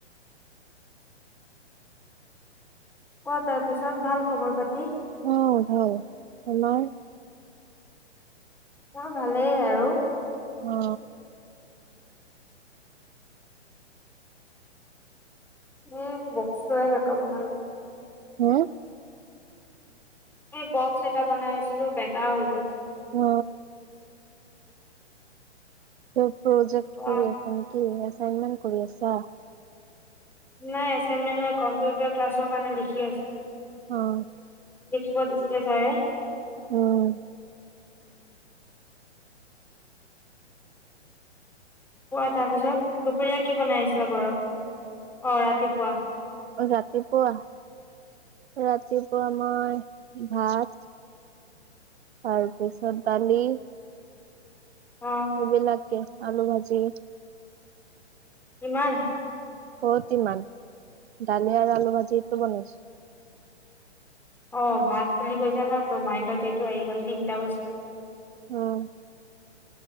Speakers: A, in the centre; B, on the right.
A: কোৱা তাৰ পিছত ভাল খবৰ পাতি
B: অ ভাল তোমাৰ
A: মোৰ ভালেই আৰু
B: অ
A: এ বক্সটোহে বেকা বনালো
B: হে
A: এ বক্স এটা বনাই আছিলোঁ বেকা হৈ গ'ল
B: অ ঠেৎ প্ৰজেক্ট
A: কোৱা
B: কৰি আছা নেকি কি এচাইনমেন্ট কৰি আছা
A: নাই এচাইনমেন্ট নহয়, কম্পিউটাৰ ক্লাছৰ কাৰণে লিখি আছো
B: অ
A: লিখিব দিছিলে ছাৰে
B: উম
A: কোৱা তাৰ পিছত দুপৰীয়া কি বনাই আ ঘৰত অ ৰাতিপুৱা
B: ৰাতিপুৱা ৰাতিপুৱা মই ভাত তাৰপিছত তালি
A: অ
B: এইবিলাকে আলু ভাজি
A: ইমান?
B: ক'ত ইমান? দালি আৰু আলু ভাজিটোৱেতো বনাইছো।
A: অ' ভাত বুলি কৈছা ন? ত' মাইণ্ডত এইটো আহি গ'ল তিনটা বস্তু
B: উম।